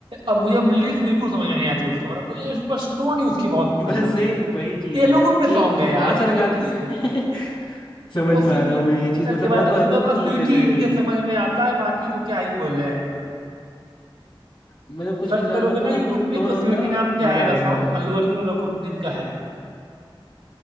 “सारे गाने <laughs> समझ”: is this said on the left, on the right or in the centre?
Left